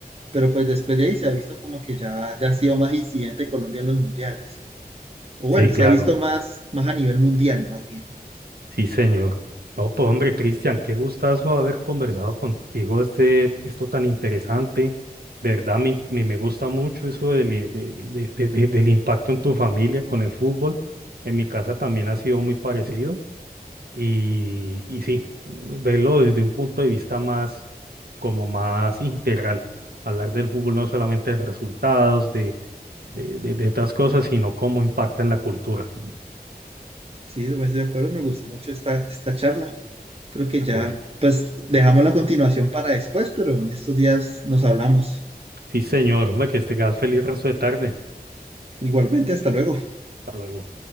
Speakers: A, on the right; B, on the right.
A: Pero pues después de ahí se ha visto como que ya, ya ha sido más incidente Colombia en los mundiales. O
B: Sí,
A: bueno,
B: claro.
A: se ha visto más, más a nivel mundial, más bien.
B: Sí, señor. Oh, pues hombre, Cristian, qué gustazo haber conversado contigo este, esto tan interesante. De verdad, me, me, me gusta mucho eso del, i- de- de- de- de- del impacto en tu familia con el fútbol. En mi casa también ha sido muy parecido. Y, y sí, verlo desde un punto de vista más, como más integral. Hablar del fútbol no solamente de resultados, de, de, de, de otras cosas, sino cómo impacta en la cultura.
A: Sí, me estoy de acuerdo, me gustó mucho esta, esta charla. Creo que ya,
B: Bueno.
A: pues dejamos la continuación para después, pero en estos días nos hablamos.
B: Sí, señor. Hombre, que esté feliz resto de tarde.
A: Igualmente, hasta luego.
B: Hasta luego.